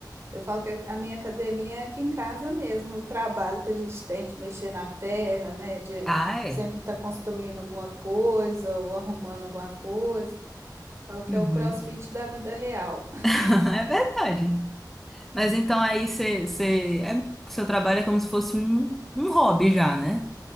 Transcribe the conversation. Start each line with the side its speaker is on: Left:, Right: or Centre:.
Right: Eu falo que a minha academia é aqui em casa mesmo, o trabalho que a gente tem de mexer na terra, né? De
Centre: Ah, é?
Right: sempre estar construindo alguma coisa ou arrumando alguma coisa. Falo que
Centre: Uhum.
Right: é o CrossFit da vida real. <laughs>
Centre: <laughs> É verdade. Mas então aí você, você, é, seu trabalho é como se fosse um, um hobby já, né?